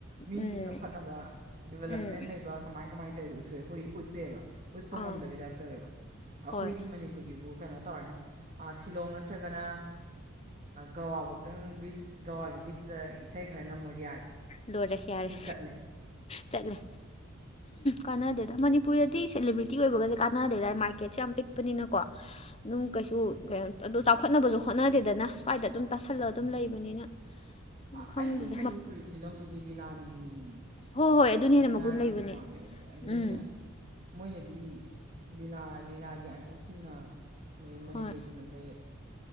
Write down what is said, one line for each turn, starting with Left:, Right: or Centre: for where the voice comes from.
Right: ꯃꯤꯒꯤꯗꯤ
Left: ꯎꯝ
Right: ꯆꯥꯎꯈꯠꯅꯕ ꯗꯤꯕꯂꯞꯃꯦꯟ
Left: ꯎꯝ
Right: ꯂꯩꯕ ꯀꯃꯥꯏ ꯀꯃꯥꯏ ꯇꯧꯔꯤ ꯎꯠꯊꯣꯛꯑꯦ ꯑꯩꯈꯣꯏꯒꯤꯗꯤ ꯎꯠꯇꯦꯕ ꯎꯠꯄ
Left: ꯑꯥ
Right: ꯉꯝꯗꯕꯩ ꯇꯥꯏꯞ ꯇꯧꯋꯦꯕ ꯑꯩꯈꯣꯏꯒꯤ
Left: ꯍꯣꯏ
Right: ꯃꯅꯤꯄꯨꯔꯒꯤꯕꯨ ꯀꯩꯅꯣ ꯇꯧꯔꯅꯤ ꯁꯤꯂꯣꯡ ꯅꯠꯇ꯭ꯔꯒꯅ ꯒꯋꯥꯐꯧꯗꯪ ꯕꯤꯆ ꯒꯋꯥꯒꯤ ꯕꯤꯠꯆꯇ ꯏꯁꯩ ꯈꯔ ꯅꯃꯣꯔ ꯌꯥꯔꯦ
Left: ꯂꯣꯏꯔꯦ ꯌꯥꯔꯦ
Right: ꯍꯤꯠ ꯆꯠꯂꯦ
Left: ꯆꯠꯂꯦ ꯀꯥꯟꯅꯗꯦꯗ ꯃꯅꯤꯄꯨꯔꯗꯗꯤ ꯁꯦꯂꯦꯕ꯭ꯔꯤꯇꯤ ꯑꯣꯏꯕꯒꯁꯦ ꯀꯥꯟꯅꯗꯦꯗ ꯃꯥꯔꯀꯦꯠꯁꯦ ꯌꯥꯝ ꯄꯤꯛꯄꯅꯤꯅꯀꯣ ꯑꯗꯨꯝ ꯀꯩꯁꯨ ꯀꯩꯝ ꯑꯗꯨ ꯆꯥꯎꯈꯠꯅꯕꯖꯨ ꯍꯣꯠꯅꯗꯦꯗꯅ ꯁ꯭ꯋꯥꯏꯗ ꯑꯗꯨꯝ ꯇꯥꯁꯜꯂꯒ ꯑꯗꯨꯝ ꯂꯩꯕꯅꯤꯅ ꯈꯪꯗꯦꯗ
Right: ꯑꯩꯗꯤ ꯃꯅꯤꯄꯨꯔꯤ ꯐꯤꯂꯝꯕꯨꯗꯤ ꯂꯤꯂꯥꯅ ꯍꯦꯟꯅ ꯌꯦꯡꯅꯤꯡꯏꯤ
Left: ꯍꯣ ꯍꯣꯏ ꯑꯗꯨꯅ ꯍꯦꯟꯅ
Right: ꯂꯤꯂꯥꯅ
Left: ꯃꯒꯨꯟ ꯂꯩꯕꯅꯦ
Right: ꯍꯦꯟꯅ ꯄꯥꯝꯃꯦ ꯑꯗꯨ
Left: ꯎꯝ
Right: ꯃꯤꯅ ꯃꯣꯏꯅꯗꯤ ꯂꯤꯂꯥ ꯂꯤꯂꯥꯒꯤ ꯑꯥꯔꯇꯤꯁꯁꯤꯡꯅ ꯃꯣꯏ ꯃꯅꯤꯄꯨꯔꯤ
Left: ꯍꯣꯏ
Right: ꯐꯤꯂꯝꯗ